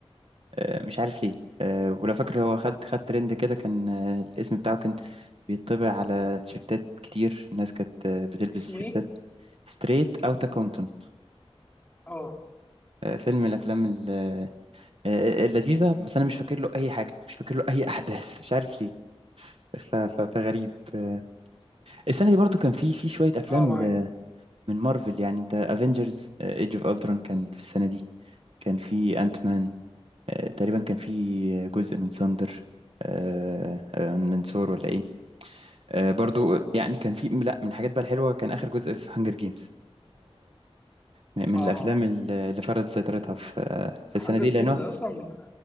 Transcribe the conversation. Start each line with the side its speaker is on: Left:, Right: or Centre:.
Right: آه، مش عارف ليه آه، ولو فاكر هو خد خد ترند كده كان آه، الاسم بتاعه كان بيطبع على تيشيرتات كتير الناس كانت آه، بتلبس
Left: اسمه
Right: تيشيرتات
Left: ايه؟
Right: ستريت أوت كومبتون
Left: اه
Right: فيلم من الأفلام ال- آه، آه، آه، اللذيذة بس أنا مش فاكر له أي حاجة مش فاكر له أي <laughs> أحداث مش عارف ليه ف- ف- فغريب آه، السنة دي برضو كان في في شوية أفلام
Left: اه معاك
Right: ل- من مارفل يعني أنت افنجرز ايج اوف الترون كان في السنة دي كان في انت مان آه، تقريبا كان في جزء من ساندر آه، آه، من ثور ولا إيه آه، برضو يعني كان في لا من الحاجات بقى الحلوة كان آخر جزء في هانجر جيمز من من
Left: اه
Right: الأفلام اللي اللي فرضت سيطرتها في آه، في السنة
Left: هانجر
Right: دي
Left: جيمز
Right: لأنه
Left: اصلا